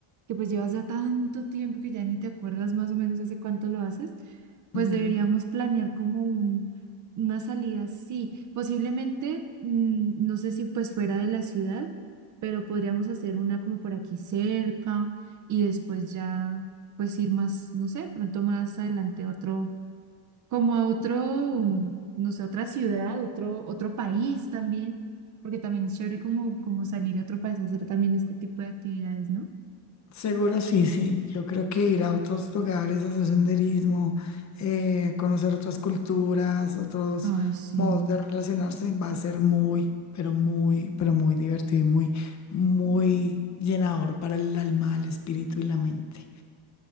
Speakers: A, on the right; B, on the left.
A: que pues llevas ya tanto tiempo que ya ni te acuerdas más o menos hace cuánto lo haces, pues
B: Ujú.
A: deberíamos planear como un, una salida, sí, posiblemente, mm, no sé si pues fuera de la ciudad pero podríamos hacer una como por aquí cerca y después ya pues ir más, no sé, pronto más adelante a otro, como a otro, no sé, otra ciudad, otro, otro país también, porque también es chévere como, como salir a otro país a hacer también este tipo de actividades, ¿no?
B: Seguro sí, sí. Yo creo que ir a otros lugares, hacer senderismo, eh, conocer otras culturas, otros
A: Ay, sí.
B: modos de relacionarse, va a ser muy, pero muy, pero muy divertido y muy, muy llenador para el alma, el espíritu y la mente.